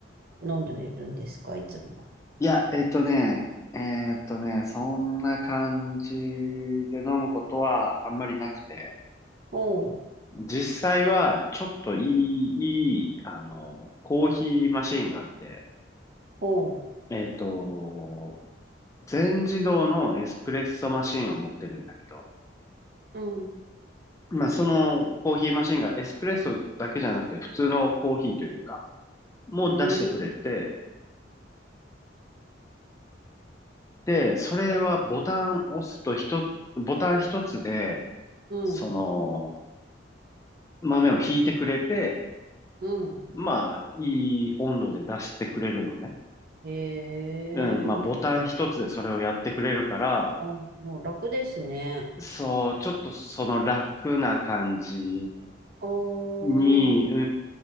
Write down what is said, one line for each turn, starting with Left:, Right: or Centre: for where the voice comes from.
Right: 飲んでみるんですかいつも。
Left: いや、えっとね、えっとね、そんな感じで飲むことはあんまりなくて。
Right: ほう、
Left: 実際はちょっといい、いい、あの、コーヒーマシンがあって、
Right: ほう、
Left: えっと、全自動のエスプレッソマシンを持ってるんだけど、
Right: うん、
Left: まあ、そのコーヒーマシンがエスプレッソだけじゃなくて普通のコーヒーというか、もう出してくれて、
Right: うーん、
Left: で、それはボタンを押すと一つ、ボタン一つで、
Right: うん、
Left: その豆を引いてくれて、
Right: うん。
Left: まあ、いい温度で出してくれるのね。
Right: へえ、
Left: うん、まあ、ボタン一つでそれをやってくれるから、
Right: あ、もう楽ですね。
Left: そう、ちょっとその楽な感じ
Right: おー、
Left: に、う